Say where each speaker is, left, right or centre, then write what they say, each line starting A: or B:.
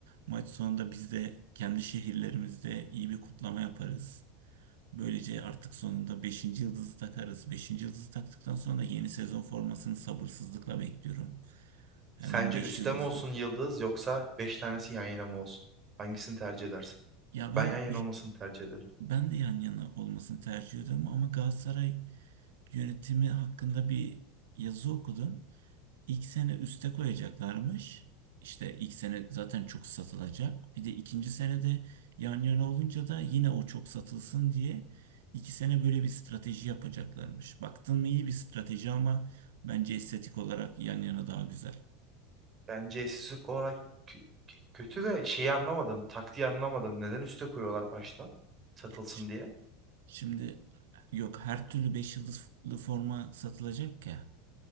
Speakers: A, on the right; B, on the right.
A: Maç sonunda biz de kendi şehirlerimizde iyi bir kutlama yaparız. Böylece artık sonunda beşinci yıldızı takarız. Beşinci yıldızı taktıktan sonra da yeni sezon formasını sabırsızlıkla bekliyorum. Hemen
B: Sence
A: 5
B: üstte
A: yıldızlı.
B: mi olsun yıldız yoksa 5 tanesi yan yana mı olsun? Hangisini tercih edersin?
A: Ya ben
B: Ben yan yana
A: bir
B: olmasını tercih ederim.
A: ben de yan yana olmasını tercih ediyorum ama Galatasaray yönetimi hakkında bir yazı okudum. İlk sene üste koyacaklarmış. İşte ilk sene zaten çok satılacak. Bir de ikinci senede yan yana olunca da yine o çok satılsın diye iki sene böyle bir strateji yapacaklarmış. Baktın mı iyi bir strateji ama bence estetik olarak yan yana daha güzel.
B: Bence eşsizlik olarak kö- kö- kötü de şeyi anlamadım. Taktiği anlamadım. Neden üste koyuyorlar başta? Satılsın
A: Ş-
B: diye.
A: Şimdi yok her türlü 5 yıldızlı forma satılacak ya.